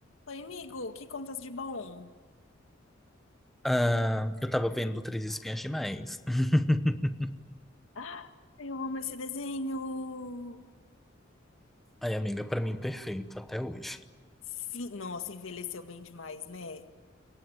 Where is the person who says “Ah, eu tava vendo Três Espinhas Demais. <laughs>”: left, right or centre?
Centre